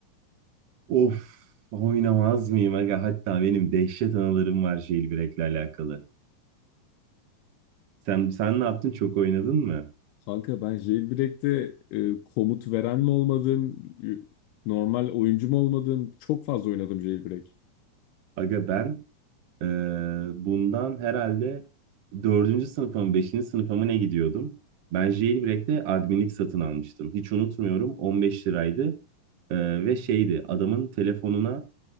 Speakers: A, on the right; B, on the left.
A: Of oynamaz mıyım aga? Hatta benim dehşet anılarım var jailbreak'le alakalı. Sen sen ne yaptın? Çok oynadın mı?
B: Kanka ben Jailbreak'te e, komut veren mi olmadım, e, normal oyuncu mu olmadım? Çok fazla oynadım Jailbreak.
A: Aga ben eee, bundan herhalde dördüncü sınıfa mı beşinci sınıfa mı ne gidiyordum? Ben jailbreak'te adminlik satın almıştım. Hiç unutmuyorum 15 liraydı. Eee, ve şeydi adamın telefonuna